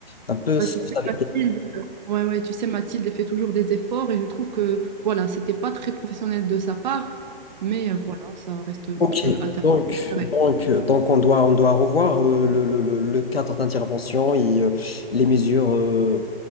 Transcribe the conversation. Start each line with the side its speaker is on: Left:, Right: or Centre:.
Left: un peu
Right: ouais,
Left: soft
Right: tu sais,
Left: avec
Right: Mathilde, ouais, ouais, tu sais, Mathilde, elle fait toujours des efforts et je trouve que, voilà, c'était pas très professionnel de sa part, mais euh, voilà, ça reste notre
Left: Ok,
Right: alternance
Left: donc,
Right: préférée.
Left: donc, euh, donc on doit, on doit revoir euh, le, le- le- le cadre d'intervention et euh, les mesures euh,